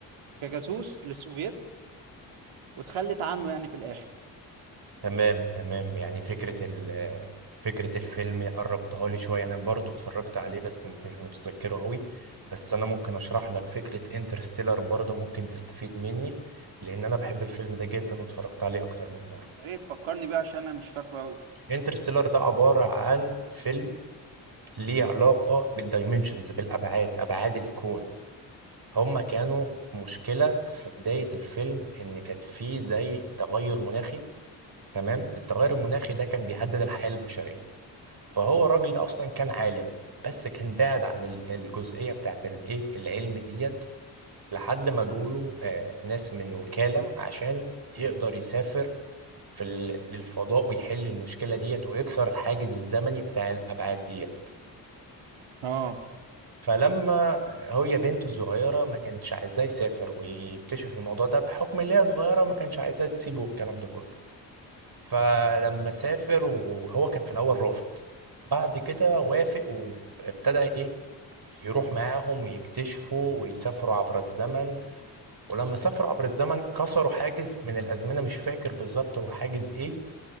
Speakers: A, on the right (about 75°); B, on the right (about 45°).
A: كجاسوس للسوفييت وتخلت عنه يعني في الاخر
B: تمام تمام يعني فكره ال فكره الفيلم قربتها لي شويه انا برضه اتفرجت عليه بس مش مش متذكره قوي بس انا ممكن اشرح لك فكره انترستيلر برضه ممكن تستفيد مني لان انا بحب الفيلم ده جدا واتفرجت عليه اكتر من مره
A: يا ريت تفكرني بيه عشان انا مش فاكره قوي
B: انترستيلر ده عباره عن فيلم ليه علاقه بالدايمنشنز بالابعاد ابعاد الكون هما كانوا في مشكلة في بداية الفيلم إن كانت فيه زي تغير مناخي تمام التغير المناخي ده كان بيهدد الحياة البشرية فهو الراجل ده أصلا كان عالم بس كان بعد عن ال- الجزئية بتاعت الإيه العلم ديت لحد ما جوله آه، ناس من وكالة عشان يقدر يسافر في ال- للفضاء ويحل المشكلة ديت ويكسر الحاجز الزمني بتاع الأبعاد ديت
A: اه
B: فلما هي بنته الصغيرة ما كانتش عايزاه يسافر ويكتشف الموضوع ده بحكم ان هي صغيرة ما كانش عايزاه تسيبه والكلام ده كله فلما سافر وهو كان في الأول رافض بعد كده وافق وابتدى ايه يروح معاهم ويكتشفوا ويسافروا عبر الزمن ولما سافروا عبر الزمن كسروا حاجز من الأزمنة مش فاكر بالظبط هو حاجز ايه